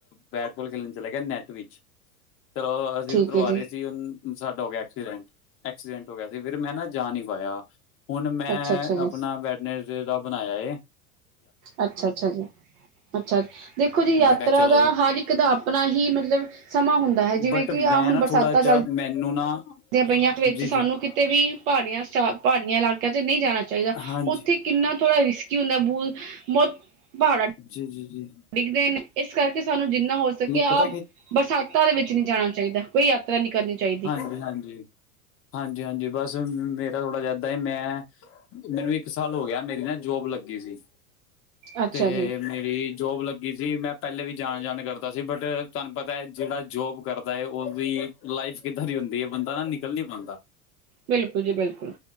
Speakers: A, on the left; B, on the right.
A: ਬੈਟਬੋਲ ਖੇਡਣ ਚਲਾ ਗਿਆ ਨੈੱਟ ਵਿੱਚ। ਜਦੋਂ ਅਸੀਂ
B: ਠੀਕ
A: ਉੱਧਰੋਂ
B: ਹੈ ਜੀ
A: ਆ ਰਹੇ ਸੀ ਸਾਡਾ ਹੋ ਗਿਆ ਐਕਸੀਡੈਂਟ। ਐਕਸੀਡੈਂਟ ਹੋ ਗਿਆ ਸੀ ਫਿਰ ਮੈਂ ਨਾ। ਜਾ ਨਹੀਂ ਪਾਇਆ ਹੁਣ ਮੈਂ
B: ਅੱਛਾ ਅੱਛਾ ਜੀ
A: ਆਪਣਾ ਵੈਡਨੈਸਡੇ ਦਾ ਬਣਾਇਆ ਹੈ।
B: ਅੱਛਾ ਅੱਛਾ ਜੀ ਅੱਛਾ ਦੇਖੋ ਜੀ ਯਾਤਰਾ
A: ਮੈਂ ਕਿਹਾ ਚਲੋ
B: ਦਾ ਹਰ ਇੱਕ ਦਾ ਆਪਣਾ ਆਪਣਾ ਹੀ ਮਤਲਬ ਸਮਾਂ ਹੁੰਦਾ ਹੈ। ਜਿਵੇਂ
A: ਬਟ
B: ਕਿ
A: ਮੈਂ
B: ਆਹ ਹੁਣ
A: ਨਾ
B: ਬਰਸਾਤਾਂ
A: ਥੋੜਾ ਜਿਹਾ
B: ਚੱਲਦੀਆਂ।
A: ਮੈਨੂੰ ਨਾ।
B: ਚੱਲਦੀਆ ਪਈਆਂ ਵਿੱਚ
A: ਜੀ
B: ਸਾਨੂੰ
A: ਜੀ
B: ਕਿਤੇ ਵੀ ਪਹਾੜੀਆਂ ਪਹਾੜੀਆਂ ਇਲਾਕਿਆਂ 'ਚ ਨਹੀਂ ਜਾਣਾ ਚਾਹੀਦਾ
A: ਹਾਂਜੀ
B: ਉੱਥੇ। ਕਿੰਨਾ ਥੋੜ੍ਹਾ ਰਿਸਕੀ ਹੁੰਦਾ ਬਹੁਤ ਬਹੁਤ ਪਹਾੜਾ।
A: ਜੀ, ਜੀ, ਜੀ।
B: ਡਿੱਗਦੇ ਨੇ ਇਸ ਕਰਕੇ ਸਾਨੂੰ ਜਿੰਨਾ ਹੋ ਸਕੇ ਆਹ
A: ਪਤਾ ਕੀ
B: ਬਰਸਾਤਾਂ ਦੇ ਵਿੱਚ ਨਹੀਂ ਜਾਣਾ ਚਾਹੀਦਾ। ਕੋਈ ਨਹੀਂ ਕਰਨੀ ਚਾਹੀਦੀ
A: ਹਾਂਜੀ, ਹਾਂਜੀ। ਹਾਂਜੀ, ਹਾਂਜੀ ਬਸ ਮੇਰਾ ਥੋੜ੍ਹਾ ਜਿਹਾ ਏਦਾਂ ਹੀ ਹੈ ਮੈਂ। ਮੈਨੂੰ ਇੱਕ ਸਾਲ ਹੋ ਗਿਆ, ਮੇਰੀ ਨਾ ਜੋਬ ਲੱਗੀ ਸੀ।
B: ਅੱਛਾ
A: ਤੇ
B: ਜੀ
A: ਮੇਰੀ ਜੋਬ ਲੱਗੀ ਸੀ। ਮੈਂ ਪਹਿਲੇ ਵੀ ਜਾਣ ਜਾਣ ਕਰਦਾ ਸੀ। ਬਟ ਤੁਹਾਨੂੰ ਪਤਾ ਹੈ ਜਿਹੜਾ ਜੋਬ ਕਰਦਾ ਹੈ, ਉਹਦੀ ਲਾਈਫ ਕਿੱਦਾਂ ਦੀ ਹੁੰਦੀ ਹੈ। ਬੰਦਾ ਨਾ ਨਿਕਲ ਨੀ ਪਾਉਂਦਾ।
B: ਬਿਲਕੁਲ ਜੀ ਬਿਲਕੁਲ।